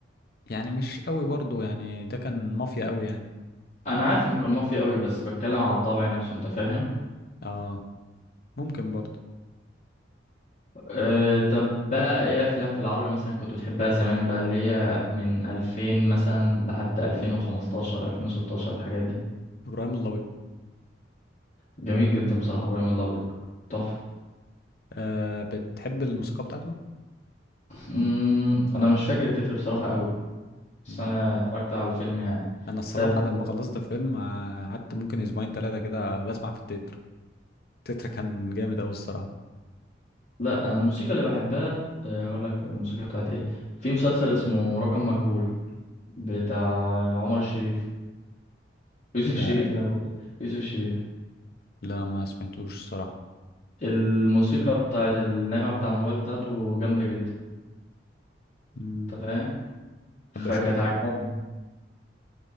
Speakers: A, on the left (about 55°); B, on the left (about 40°).
A: يعني مش قوي برضه يعني ده كان مافيا قوي يعني
B: أنا
A: كان
B: عارف إنه كان مافيا قوي بس بتكلم على الطابع نفسه أنت فاهم
A: اه ممكن برضه
B: أه طب بقى إيه أفلام في العربي مثلا كنت بتحبها زمان بقى اللي هي من 2000 مثلا لحد 2015 2016 الحاجات دي
A: ابراهيم الابيض
B: جميل جدا بصراحة إبراهيم الأبيض تحفة
A: مم. آه بتحب الموسيقى بتاعته
B: أمم، أنا مش فاكر التتر بصراحة قوي بس
A: مم.
B: أنا اتفرجت على الفيلم يعني
A: انا الصراحه
B: طب
A: بعد ما خلصت فيلم آه، قعدت ممكن اسبوعين ثلاثه كده بسمع في التتر تتر كان جامد أوي الصراحة
B: لا انا الموسيقى اللي بحبها آه، اقول لك الموسيقى بتاعت ايه في مسلسل اسمه رقم مجهول بتاع عمر الشريف يوسف الشريف
A: ده
B: انا بقول يوسف الشريف
A: لا ما سمعتوش الصراحة
B: الموسيقى بتاعت النغمة بتاع الموبايل بتاعته جامدة جدا
A: مم.
B: انت فاهم فكانت
A: أحب أشوف
B: عجباني